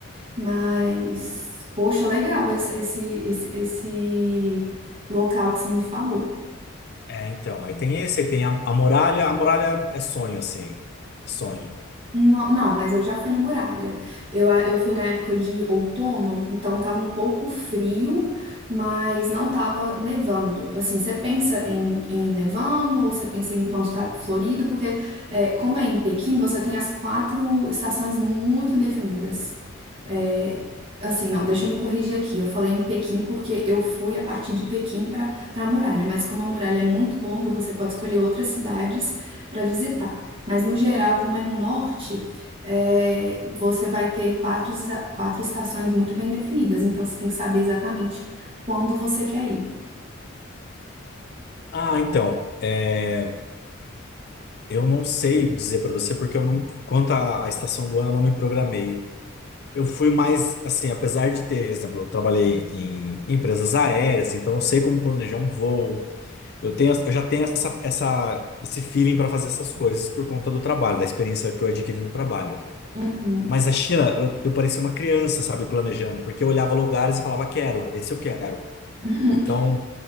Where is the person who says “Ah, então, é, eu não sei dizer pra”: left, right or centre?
Left